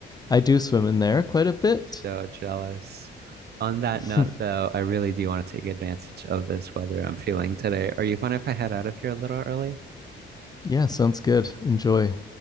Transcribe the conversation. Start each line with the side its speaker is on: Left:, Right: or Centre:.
Left: I do swim in there quite a bit.
Right: So jealous. On that
Left: <laughs>
Right: note, though, I really do want to take advantage of this weather I'm feeling today. Are you fine if I head out of here a little early?
Left: yeah, sounds good. Enjoy.